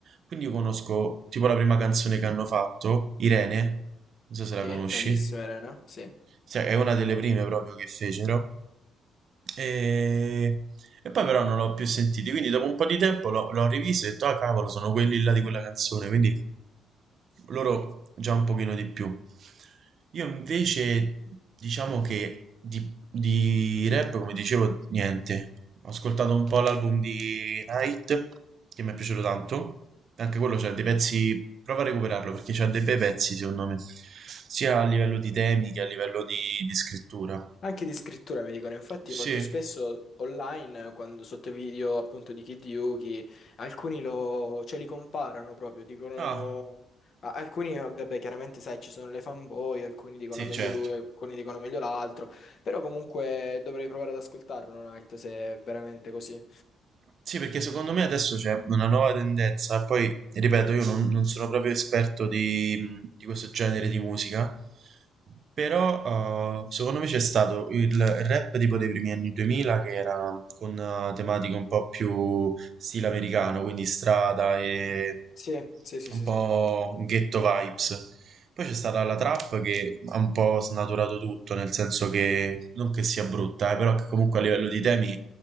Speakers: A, on the right; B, on the left.
A: Quindi io conosco tipo la prima canzone che hanno fatto, Irene, non so se la
B: Sì,
A: conosci,
B: bellissima Elena, sì.
A: Cioè, è una delle prime proprio che fecero. E, e poi però non l'ho più sentito, quindi dopo un po' di tempo l'ho l'ho rivisto e ho detto, ah cavolo, sono quelli là di quella canzone, quindi loro già un pochino di più. Io invece diciamo che di, di rap, come dicevo, niente. Ho ascoltato un po' l'album di Night, che mi è piaciuto tanto. Anche quello c'ha dei pezzi, prova a recuperarlo perché c'ha dei bei pezzi secondo me, sia a livello di temi che a livello di, di scrittura.
B: Anche di scrittura mi dicono, infatti
A: Sì,
B: molto spesso online, quando sotto video appunto di Kid Yuki, alcuni lo, cioè, li comparano proprio, dicono...
A: ah,
B: a- Alcuni, vabbè, chiaramente sai, ci sono le fanboy, alcuni dicono
A: sì,
B: meglio
A: certo.
B: lui, alcuni dicono meglio l'altro, però comunque dovrei provare ad ascoltarmelo, Night, se è veramente così.
A: Sì, perché secondo me adesso c'è una nuova tendenza, poi ripeto, io non, non sono proprio esperto di, di questo genere di musica, però eh, secondo me c'è stato il rap tipo dei primi anni 2000 che era con eh, tematiche un po' più stile americano, quindi strada e
B: Sì, sì, sì,
A: un
B: sì,
A: po'
B: sì.
A: ghetto vibes. Poi c'è stata la trap che ha un po' snaturato tutto, nel senso che non che sia brutta, eh, però che comunque a livello di temi